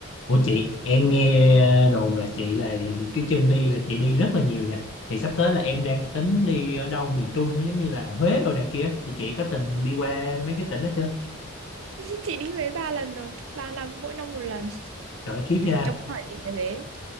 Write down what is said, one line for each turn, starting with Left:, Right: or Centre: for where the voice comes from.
Left: Ủa chị, em nghe ờ, đồn là chị là cái chân đi là chị đi rất là nhiều nha. Thì sắp tới là em đang tính đi ở đâu miền Trung á, giống như là Huế đồ này kia. Thì chị có từng đi qua mấy cái tỉnh đó chưa?
Right: Chị đi Huế ba lần rồi, ba năm mỗi năm một lần.
Left: Trời ơi, khiếp nha.
Right: Em muốn hỏi chị về Huế?